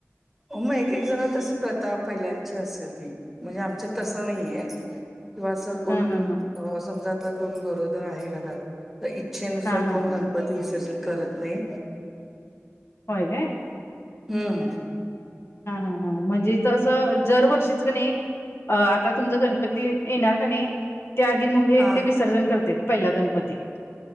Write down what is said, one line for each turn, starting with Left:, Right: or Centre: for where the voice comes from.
Centre: हो मग एक एक जण तस प्रताप पहिल्यांची असेल ती म्हणजे आमच्या तस नाहीय किंवा असं कोण?
Left: हा हा हा
Centre: अ समजा आता कोण गरोदर आहे घरात तर इच्छेनुसार
Left: हा हा
Centre: कोण गण विसर्जन करत नाही.
Left: होय काय?
Centre: हम्म.
Left: हा हा हां म्हणजे असं जरवर्षीच कणी नाही आता तुमचा गणपती येणार का नाही. त्याआधी मग हे
Centre: हा
Left: ते विसर्जन करत्यात पहिला गणपती,